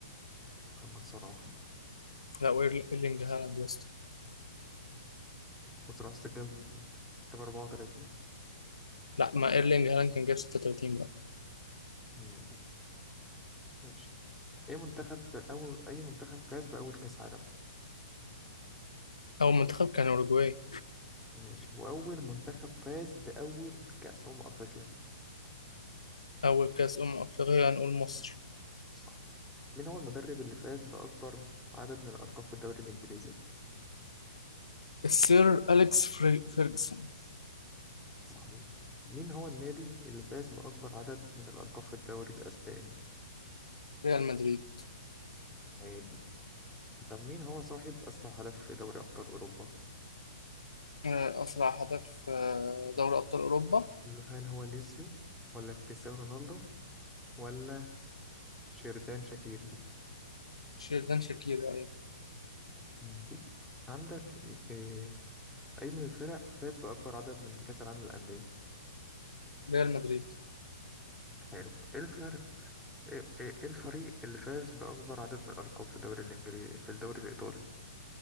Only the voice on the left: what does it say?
لا وإيرل- ايرلينج هالاند يا اسطى
لا ما ايرلينج هالاند كان جاب 36 بقى
اول منتخب كان اوروجواي
اول كاس امم افريقيا هنقول مصر
السير اليكس فري- فيرجسون
ريال مدريد
آه اسرع هدف آه دوري ابطال اوروبا
شيردان شاكير ايوه
ريال مدريد